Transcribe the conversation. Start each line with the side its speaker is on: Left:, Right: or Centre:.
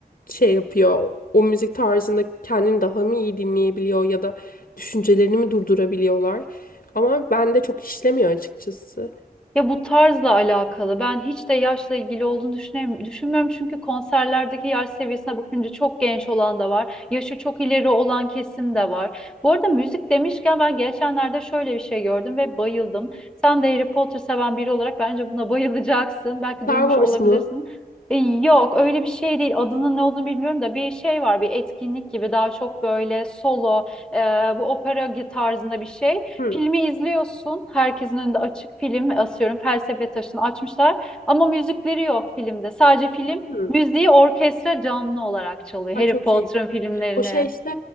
Left: şey yapıyor. O müzik tarzında kendini daha mı iyi dinleyebiliyor ya da düşüncelerini mi durdurabiliyorlar? Ama bende çok işlemiyor açıkçası.
Centre: Ya bu tarzla alakalı. Ben hiç de yaşla ilgili olduğunu düşünem- düşünmüyorum. Çünkü konserlerdeki yaş seviyesine bakınca çok genç olan da var. Yaşı çok ileri olan kesim de var. Bu arada müzik demişken ben geçenlerde şöyle bir şey gördüm ve bayıldım. Sen de Harry Potter seven biri olarak bence buna bayılacaksın. Belki
Left: Star
Centre: duymuş
Left: Wars
Centre: olabilirsin.
Left: mu?
Centre: E, Yok öyle bir şey değil adının ne olduğunu bilmiyorum da bir şey var bir etkinlik gibi daha çok böyle solo e, bu opera tarzında bir şey.
Left: Hı,
Centre: Filmi izliyorsun. Herkesin önünde açık film asıyorum. Felsefe taşını açmışlar. Ama müzikleri yok filmde. Sadece film
Left: hı.
Centre: müziği orkestra canlı olarak çalıyor.
Left: Aa,
Centre: Harry
Left: çok
Centre: Potter'ın
Left: iyi.
Centre: filmlerini.
Left: O şey işte